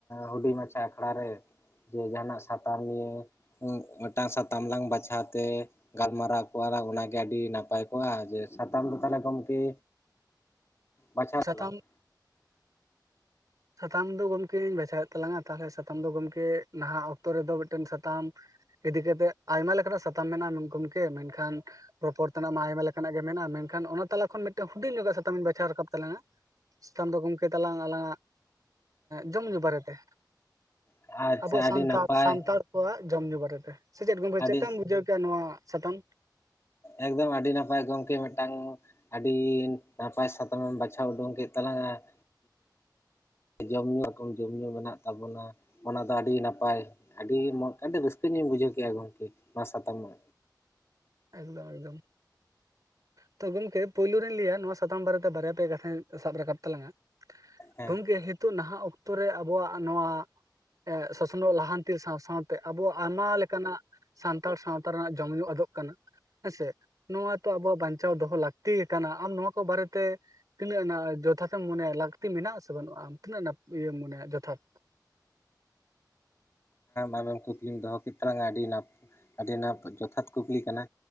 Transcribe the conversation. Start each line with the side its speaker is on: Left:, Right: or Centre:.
Left: ᱦᱩᱰᱤᱧ ᱢᱟᱪᱷᱟ ᱟᱠᱷᱲᱟ ᱨᱮ ᱡᱮ ᱡᱟᱦᱟᱱᱟᱜ ᱥᱟᱛᱟᱢ ᱱᱤᱭᱟᱹ ᱦᱩᱸ ᱢᱤᱫᱴᱟᱝ ᱥᱟᱛᱟᱢ ᱞᱟᱝ ᱵᱟᱪᱷᱟᱣ ᱛᱮ, ᱜᱟᱞᱢᱟᱨᱟᱣ ᱠᱚᱜᱼᱟ ᱞᱟᱝ ᱚᱱᱟᱜᱮ ᱟᱹᱰᱤ ᱱᱟᱯᱟᱭ ᱠᱚᱜᱼᱟ ᱡᱮ ᱥᱟᱛᱟᱢ ᱫᱚ ᱛᱟᱦᱚᱞᱮ ᱜᱚᱢᱠᱮ, ᱵᱟᱪᱷᱟ
Right: ᱥᱟᱛᱟᱢ
Left: ᱛᱟᱞᱟᱝ ᱢᱮ
Right: ᱥᱟᱛᱟᱢ ᱫᱚ ᱜᱚᱢᱠᱮᱧ ᱵᱟᱪᱷᱟᱣᱮᱫ ᱛᱟᱞᱟᱝᱟ ᱛᱟᱦᱚᱞᱮ ᱥᱟᱛᱟᱢ ᱫᱚ ᱜᱚᱢᱠᱮ ᱱᱟᱦᱟᱜ ᱚᱠᱛᱚ ᱨᱮᱫᱚ ᱢᱤᱫᱴᱮᱱ ᱥᱟᱛᱟᱢ, ᱤ ᱫᱮᱜᱮ ᱫᱮ ᱟᱭᱢᱟ ᱞᱮᱠᱟᱱᱟᱜ ᱥᱟᱛᱟᱢ ᱢᱮᱱᱟᱜ-ᱟ <unintelligible> ᱜᱚᱢᱠᱮ ᱢᱮᱱᱠᱷᱟᱱ ᱨᱚᱯᱚᱲ ᱛᱮᱱᱟᱜ ᱢᱟ ᱟᱭᱢᱟ ᱞᱮᱠᱟᱱᱟᱜ ᱜᱮ ᱢᱮᱱᱟᱜᱼᱟ ᱢᱮᱱᱠᱷᱟᱱ ᱚᱱᱟ ᱛᱟᱞᱟ ᱠᱷᱚᱱ ᱢᱤᱫᱴᱮᱱ ᱦᱩᱰᱤᱧ ᱧᱚᱜ-ᱟᱜ ᱥᱟᱛᱟᱢᱤᱧ ᱵᱟᱪᱷᱟᱣ ᱨᱟᱠᱟᱵ ᱛᱟᱞᱟᱝᱟ <unintelligible> ᱥᱠᱟᱱ ᱫᱚ ᱜᱚᱢᱠᱮ ᱛᱟᱞᱟᱝ ᱟᱞᱟᱝᱟᱜ ᱡᱚᱢ ᱧᱩ ᱵᱟᱨᱮᱛᱮ
Left: ᱟᱪᱪᱷᱟ
Right: ᱟᱵᱚᱣᱟᱜ ᱥᱟᱱᱛᱟᱲ
Left: ᱟᱹᱰᱤ ᱱᱟᱯᱟᱭ
Right: ᱥᱟᱱᱛᱟᱲ ᱠᱚᱣᱟᱜ ᱡᱚᱢ ᱧᱩ ᱵᱟᱨᱮᱛᱮ, ᱥᱮ ᱪᱮᱫ ᱜᱚᱢᱠᱮ
Left: ᱟᱹᱰᱤ
Right: ᱪᱮᱫ ᱞᱮᱠᱟᱢ ᱵᱩᱡᱷᱟᱹᱣ ᱠᱮᱜᱼᱟ ᱱᱚᱣᱟ ᱥᱟᱛᱟᱢ,
Left: ᱮᱠᱫᱚᱢ ᱟᱹᱰᱤ ᱱᱟᱯᱟᱭ ᱜᱚᱝᱠᱮ ᱢᱤᱫᱴᱟᱝ, ᱟᱹᱰᱤ ᱱᱟᱯᱟᱭ ᱥᱟᱛᱟᱢᱮᱢ ᱵᱟᱪᱷᱟᱣ ᱩᱰᱩᱝ ᱠᱮᱫ ᱛᱟᱞᱟᱝᱟ ᱾ ᱡᱚᱢᱼᱧᱩ ᱨᱚᱠᱚᱢ ᱡᱚᱢᱼᱧᱩ ᱢᱮᱱᱟᱜ ᱛᱟᱵᱚᱱᱟ ᱾ ᱚᱱᱟ ᱫᱚ ᱟᱹᱰᱤ ᱱᱟᱯᱟᱭ ᱟᱹᱰᱤ ᱢᱚᱡᱽ ᱟᱹᱰᱤ ᱨᱟᱹᱥᱠᱟᱹ ᱧᱚᱜ ᱤᱧ ᱵᱩᱡᱷᱟᱹᱣ ᱠᱮᱫᱼᱟ ᱜᱚᱢᱠᱮ ᱚᱱᱟ ᱥᱟᱛᱟᱢ ᱢᱟ
Right: ᱮᱠᱫᱚᱢ ᱮᱠᱫᱚᱢ ᱾ ᱛᱚ ᱜᱚᱢᱠᱮ ᱯᱳᱭᱞᱳ ᱨᱤᱧ ᱞᱟᱹᱭᱟ ᱱᱚᱣᱟ ᱥᱟᱛᱟᱢ ᱵᱟᱨᱮᱛᱮ ᱵᱟᱨᱭᱟ ᱯᱮ ᱠᱟᱛᱷᱟᱧ ᱥᱟᱵ ᱨᱟᱠᱟᱵ ᱛᱟᱞᱟᱝᱟ ᱾
Left: ᱦᱮᱸ
Right: ᱜᱚᱢᱠᱮ ᱦᱤᱛᱚᱜ ᱱᱟᱦᱟᱜ ᱚᱠᱛᱚ ᱨᱮ ᱟᱵᱚᱣᱟᱜ ᱱᱚᱣᱟ ᱮ ᱥᱚᱥᱱᱚᱜ ᱞᱟᱦᱟᱱᱛᱤ ᱥᱟᱶ ᱥᱟᱶᱛᱮ ᱟᱵᱚᱣᱟᱜ ᱟᱭᱢᱟ ᱞᱮᱠᱟᱱᱟᱜ ᱥᱟᱱᱛᱟᱲ ᱥᱟᱶᱛᱟ ᱨᱮᱱᱟᱜ ᱡᱚᱢ ᱧᱩ ᱟᱫᱚᱜ ᱠᱟᱱᱟ ᱦᱮᱸᱥᱮ ᱱᱚᱣᱟ ᱛᱚ ᱟᱵᱚᱣᱟᱜ ᱵᱟᱧᱪᱟᱣ ᱫᱚᱦᱚ ᱞᱟᱹᱠᱛᱤ ᱠᱟᱱᱟ ᱟᱢ ᱱᱚᱣᱟ ᱠᱚ ᱵᱟᱨᱮᱛᱮ ᱛᱤᱱᱟᱹᱜ ᱡᱚᱛᱷᱟᱛᱮ ᱢᱚᱱᱮᱭᱟ ᱞᱟᱹᱠᱛᱤ ᱢᱮᱱᱟᱜᱼᱟ ᱥᱮ ᱵᱟᱹᱱᱩᱜ ᱟᱢ ᱛᱤᱱᱟᱹᱜ <unintelligible> ᱤᱭᱟᱹᱢ ᱢᱚᱱᱮᱭᱟ ᱡᱚᱛᱷᱟᱛ
Left: ᱟᱡᱮᱢ ᱠᱩᱠᱞᱤᱢ ᱫᱚᱦᱚ ᱠᱮᱫ ᱛᱟᱞᱟᱝᱟ ᱟᱹᱰᱤ ᱱᱟᱯ ᱟᱹᱰᱤ ᱱᱟᱯ ᱡᱚᱛᱷᱟᱛ ᱠᱩᱠᱞᱤ ᱠᱟᱱᱟ